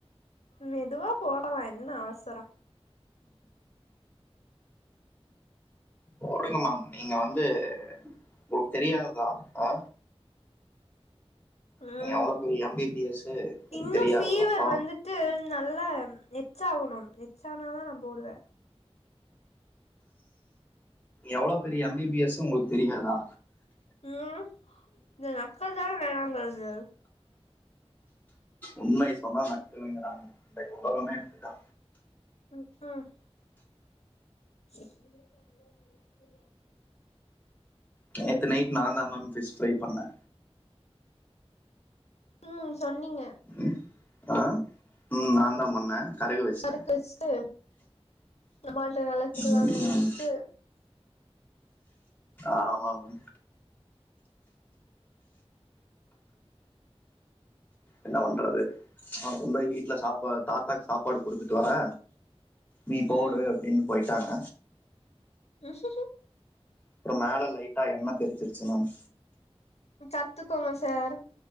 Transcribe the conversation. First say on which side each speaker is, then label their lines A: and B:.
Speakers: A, on the left (about 75°); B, on the left (about 15°).
A: மெதுவா போடலா என்ன அவசரோ
B: போடுங்க மேம் நீங்க வந்து உங்ளுக் தெரியாதா அ
A: ம்
B: நீங்க எவ்வளவு பெரிய எம்பிபிஎஸ் உங்களுக்கு
A: இன்னும்
B: தெரியாததா
A: ஃபீவர்
B: ஆ?
A: வந்து ட்டு நல்லா மெச் ஆவுணு மெச் ஆனா தா நா போடுவ
B: எவ்ளோ பெரிய எம் பி பி எஸ்சு உங்குளுக் தெரியாதா
A: ம் இந்த நக்கல் தான வேணாங்கறது
B: உண்மை சொன்னா நக்கல்ங்கிறாங்க இந்த உலகமே இப்டி தா
A: ம் ம் ச
B: நேத்து நைட் நான் தா மேம் ஃபிஷ் ஃப்ரை பண்ண
A: ம் சொன்னீங்க
B: ம் ஆ ம் நான் தா பண்ண கருக வஷ்ட்ட
A: கருக்கு வச்சுட்டு அம்மாட்ட நல்லா திட்டு
B: ம்
A: வாங்குவீன்ட்டு
B: ம் ஆமா ஆமா என்ன பண்றது அவ கொண்டோய் வீட்ல சாப்பா தாத்தா சாப்பாடு குடுத்துட்டு வரே நீ போடு
A: ம்
B: அப்டின்னு போயிட்டாங்க
A: ஹஹ
B: அப்றொ மேல லைட்டா எண்ணெ தெரிச்சிருச்சு மேம்
A: கத்துக்கோங்க சார்